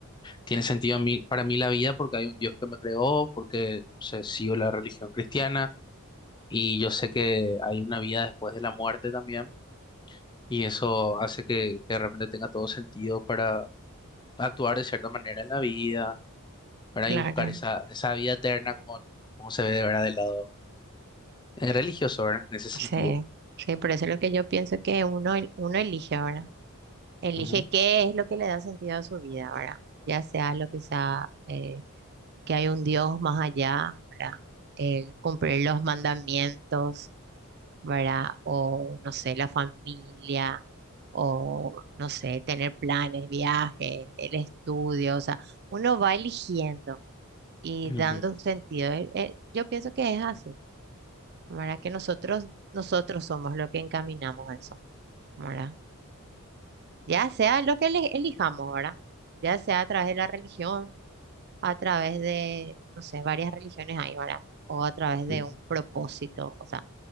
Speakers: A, on the left; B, on the right.
A: tiene sentido a mí, para mí la vida porque hay un Dios que me creó, porque se sigo la religión cristiana y yo sé que hay una vida después de la muerte también. Y eso hace que, que de repente tenga todo sentido para actuar de cierta manera en la vida, ¿verdad?
B: claro.
A: Y buscar esa, esa vida eterna como, como se ve de verdad del lado eh, religioso, ¿verdad? En ese sentido.
B: Sí, sí, por eso es lo que yo pienso que uno, el- uno elige, ahora Elige
A: Ujú,
B: qué es lo que le da sentido a su vida, ¿verdad? Ya sea lo que sea... eh, que hay un Dios más allá, ¿verdad? El cumplir los mandamientos, ¿verdad? O, no sé, la familia, o, no sé, tener planes, viajes, el estudio, o sea, uno va eligiendo y
A: ujú,
B: dando un sentido. Eh, eh, yo pienso que es así, ¿verdad? Que nosotros, nosotros somos lo que encaminamos a eso, ¿verdad? Ya sea lo que ele- elijamos, ¿verdad? Ya sea a través de la religión a través de, no sé, varias religiones hay, ¿verdad? O a través de
A: ujú.
B: un propósito, o sea,